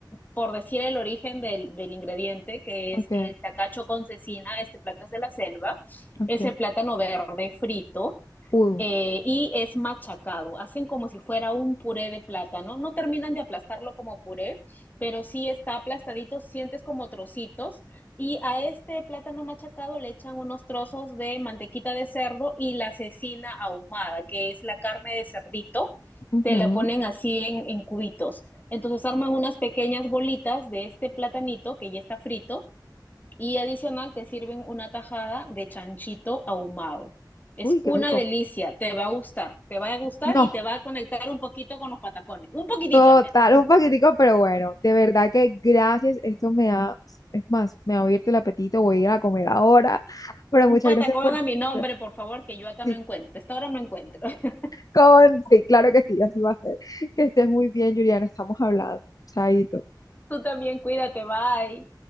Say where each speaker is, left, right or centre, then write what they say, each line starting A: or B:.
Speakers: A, on the left; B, on the left.
A: por decir el origen del, del ingrediente, que es
B: Okay,
A: el tacacho con cecina, este plato es de la selva,
B: okay.
A: es el plátano verde frito,
B: Pudo.
A: eh, y es machacado. Hacen como si fuera un puré de plátano. No terminan de aplastarlo como puré, pero sí está aplastadito, sientes como trocitos. Y a este plátano machacado le echan unos trozos de mantequita de cerdo y la cecina ahumada, que es la carne de cerdito.
B: Ujú.
A: Te la ponen así en, en cubitos. Entonces arman unas pequeñas bolitas de este platanito que ya está frito y adicional te sirven una tajada de chanchito ahumado. Es
B: Uy, qué
A: una
B: rico.
A: delicia, te va a gustar, te va a gustar
B: No,
A: y te va a conectar un poquito con los patacones, un poquitito
B: Total,
A: al menos.
B: un paquetico, pero bueno, de verdad que gracias. Esto me ha, es más, me ha abierto el apetito, voy a ir a comer ahora. <laughs> Pero muchas
A: Un patacón
B: gracias por...
A: a mi nombre,
B: <laughs>
A: por favor, que yo acá no
B: Sí,
A: encuentro, esta hora no encuentro. <laughs>
B: con... sí, claro que sí, así va a ser. Que estés muy bien, Juliana, estamos hablando. Chaito.
A: Tú también cuídate, bye.